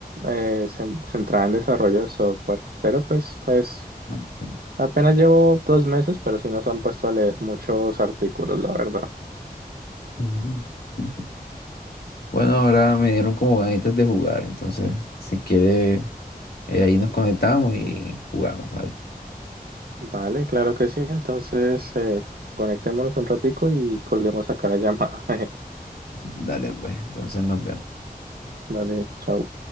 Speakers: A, on the right (about 70°); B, on the left (about 80°).
A: eh, cen- centrada en desarrollo de software, pero pues, pues
B: Ah, ok.
A: apenas llevo dos meses, pero sí nos han puesto a leer muchos artículos, la verdad.
B: Ujú. <laughs> Bueno, ahora me dieron como ganitas de jugar, entonces, si quieres, eh, ahí nos conectamos y jugamos, dale.
A: Vale, claro que sí. Entonces, eh, conectémonos un ratico y colguemos acá la llamada.
B: <laughs> Dale, pues, entonces nos vemos.
A: <laughs> Vale, chao.